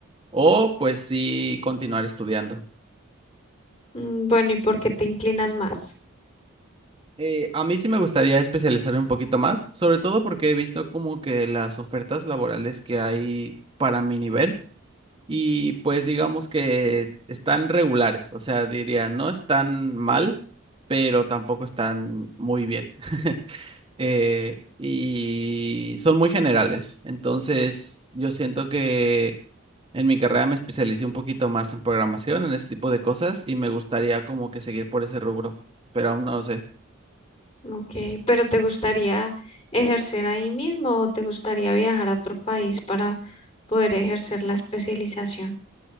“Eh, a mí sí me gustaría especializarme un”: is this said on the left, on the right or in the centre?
Right